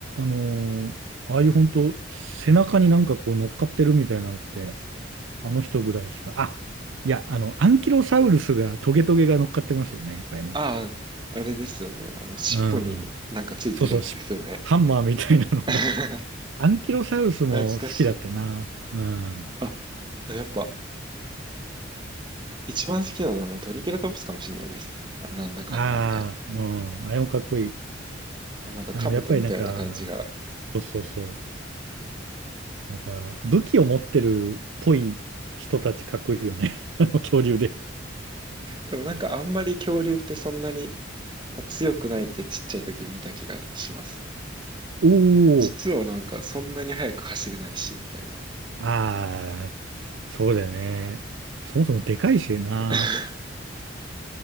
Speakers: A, on the right; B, on the right.
A: のーああいう本当背中になんかこう乗っかってるみたいなのって、あの人ぐらいしか。あ、いや、あの、アンキロサウルスがトゲトゲが乗っかってますよね、いっぱいね。
B: ああ、あれですよね。あの、尻尾になんかついてるやつですよね。
A: うん。そうそう、しハンマーみたいなのが。
B: <laughs>
A: <laughs> アンキロサウルスも好きだったな。
B: 懐かしい。
A: うん。あ
B: あ、でもやっぱ、一番好きなのはあのトリケラトプスかもしれないです。なんだかんだみたいな。
A: あ、うん。あれもかっこいい。
B: あの、なんか兜みたいな感じが。
A: あの、やっぱりなんか、そうそうそう。なんか、武器を持ってるっぽい人たちかっこいいよね。<laughs> あの恐竜で。
B: でもなんかあんまり恐竜ってそんなに強くないってちっちゃい時見た気がします。
A: おお、
B: 実はなんかそんなに速く走れないし、みたいな。
A: ああ、そうだよね。そもそもでかいしな。
B: <laughs>